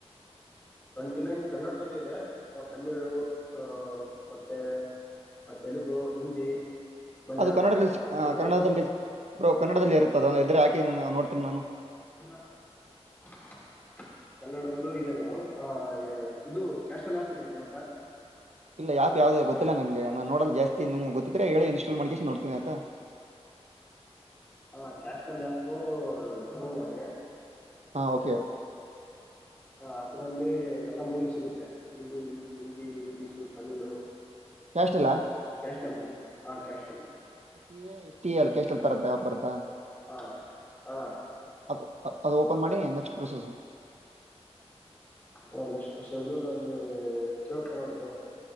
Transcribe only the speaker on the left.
ಟ್ವೆಂಟಿ ನೈನ್ ಕನ್ನಡದಲ್ಲಿ ಇದೆ ತಮಿಳು ಆ ಮತ್ತೆ ತೆಲುಗು ಹಿಂದಿ ಮಲಯಾಳ
ಐದು
ಭಾಷೆ
<unintelligible> ಕನ್ನಡದಲ್ಲೂ ಇದೆ ಗುರು ಆ ಇದು ಕ್ಯಾಶಲ್ ಆಪ್ ಇದೆ ನಿಮ್ಮ್ ಹತ್ರ.
ಹಾ ಕ್ಯಾಶಲ್ಾಪು ನಲ ಮಾಡಿ
ಹ ಅದ್ರಲ್ಲಿ ಎಲ್ಲಾ ಮೂವಿ ಸಿಗುತ್ತೆ. ಹಿಂದಿ ಹಿಂದಿ ಇಂಗ್ಲೀಷು ತಮಿಳು
ಕ್ಯಾಶ ಟಲ್ೀ ಹಾ ಕ್ಯಾಶ್ಟಲ್ೀ
ಹಾ ಹಾ
ಹ ನೆಕ್ಸ್ಟ್ ಬಷ ಅದು ಅಲ್ಲಿ ಕೇೇಳತ್ತೇ ನೋಡಿ ಬ